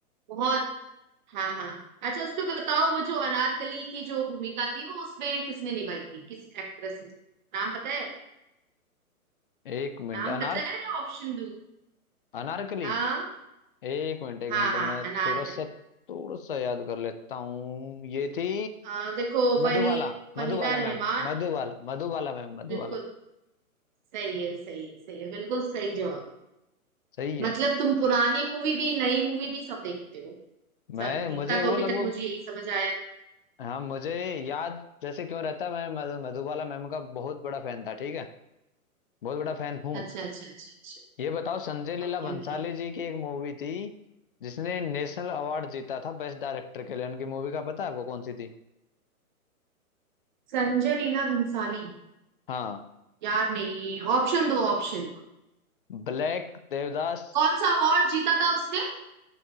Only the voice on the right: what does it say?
बहुत हाँ हाँ अच्छा उसमें बताओ वो जो अनारकली की जो भूमिका थी वो उसमें किसने निभाई थी किस एक्ट्रेस ने नाम पता है
नाम
पता है या ऑप्शन दो
हाँ
हाँ
हाँ
अनारकली
आ, देखो
वही वहीदा
रहमान
बिल्कुल सही है सही है सही है बिल्कुल सही जवाब
मतलब तुम पुरानी मूवी भी नई मूवी भी सब देखते हो
सब
इतना तो
अभी
तक मुझे यही समझ आया है
अच्छा अच्छा अच्छा अच्छा
Okay
okay
Sanjay Leela Bhansali
यार नहीं ऑप्शन दो ऑप्शन
कौन सा अवार्ड जीता था उसने